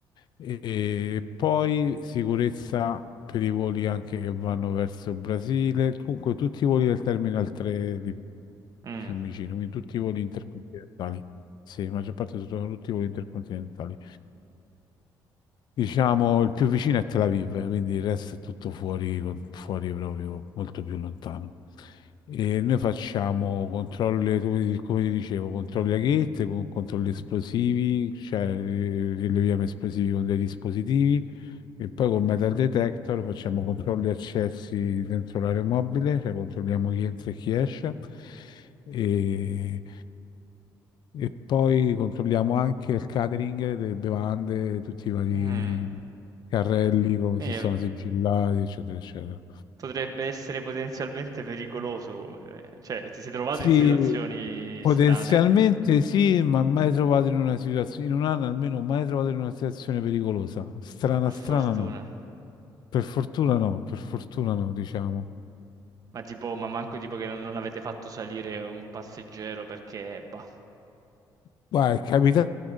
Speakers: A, on the left; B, on the right.
A: E poi sicurezza per i voli anche che vanno verso il Brasile, comunque tutti i voli del Terminal 3 di
B: mm.
A: Fiumicino, quindi tutti i voli intercontinentali. Sì, la maggior parte sono tutti i voli intercontinentali. Diciamo, il più vicino è Tel Aviv, quindi il resto è tutto fuori, con- fuori proprio, molto più lontano. E noi facciamo controlli, come ti come ti dicevo, controlli a gate, con- controlli esplosivi, cioè eh, rileviamo esplosivi con dei dispositivi e poi col metal detector facciamo controlli accessi dentro l'aeromobile, cioè controlliamo chi entra e chi esce. E e poi controlliamo anche il catering, le bevande, tutti i vari
B: Mm.
A: carrelli, come
B: Eh,
A: se sono sigillati, eccetera, eccetera.
B: potrebbe essere potenzialmente pericoloso, eh, cioè ti sei trovato
A: Sì,
B: in situazioni
A: potenzialmente
B: strane,
A: sì, ma mai trovato in una situazione, in un anno almeno mai trovato in una situazione pericolosa. Strana,
B: per
A: strana
B: fortuna.
A: no. Per fortuna no, per fortuna no, diciamo.
B: Ma tipo, ma manco tipo che non non avete fatto salire un passeggero perché, bah.
A: Guarda, è capitato